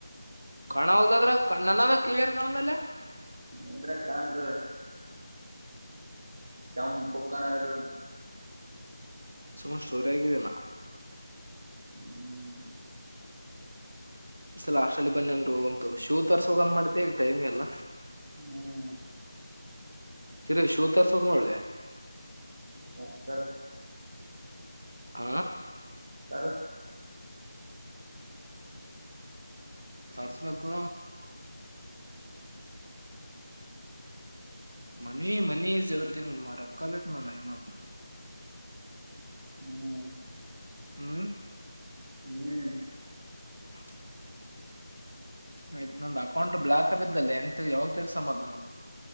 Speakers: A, on the right (about 75°); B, on the right (about 45°).
A: ಕಾಣವಲ್ದದ್ರ ಕಣ್ಣ ನನದ ಕ್ಲಿಯರ್ ಕಾಣದಲ್ಲ.
B: ನಿಂದ್ರ ಕಾಣತವೆ ಯ ಪಕ್ಕಾಣ ಆಗ
A: ಸುಮ ಸ್ಟೋರಿ ಆಗಿದ್ದೀನಾ
B: ಹ್ಮ್
A: ಮ ಸಲ ಅಾಷ್ಟಲ್ಲಿ ಬನ್ನಿ ಅಂದ್ರರು ಹೋಗಂತು ಶೂ ತರ್ಸ ಹೋಗಂದ್ ಮಾಡಿದ್ದೆ ಈಗ ಟೈಮ್ ಎಲ್ಲ
B: ಹ್ಮ್
A: ಚರಿ ವಿ ಶೂ ತರಸವಂಗಲ್ಲೆ
B: ಸ ಸ
A: ಹ
B: ಸರ
A: ತರ್ರಿಸ್ಬೇಕು ಮನಿ ಮನಿ ಈಸ್ ಎವ್ರಿತಿಂಗ್ ರೊಕ್ಕ ಬು ನ ನ
B: ಹ್ಮ್
A: ಹ್ಮ್
B: ಹ್ಮ್
A: ಹ ಆಯ್ತ್ ನಂದ್ ಅಕೌಂಟ್ ಬ್ಲಾಕ್ ಆ ಬಿದ್ದಲ್ಲೆ ಹೆಂಗ ಯಾವಾಗ ತರ್ಸಮ್ಮದು